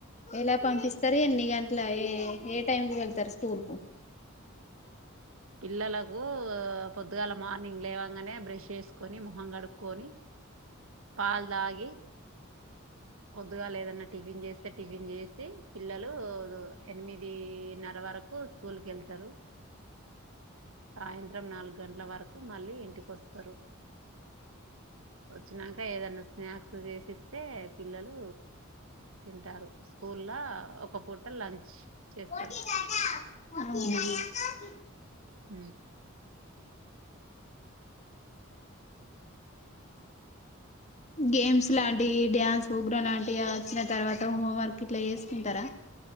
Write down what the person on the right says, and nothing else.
పిల్లలకు పొద్దుగాల మార్నింగ్ లేవంగానే బ్రష్ చేసుకొని ము అంగడుకొని పాల్ దగి పొద్దుగా లేదన్న టిఫిన్ చేస్తే టిఫిన్ చేస్తసి పిల్లలు ఎనిమిదిన్నర వరకు స్కూల్కి వెళ్తారు సాయంత్రం నాలుగు గంటల వర్క్ కు మళ్ళీ ఇంటికి వస్తారు వచ్చినాక ఏదన్న స్నాక్స్ చేసిస్తే పిల్లలు తింటారు స్కూల్లో ఒక పూట లంచ్
చేస్తారు అ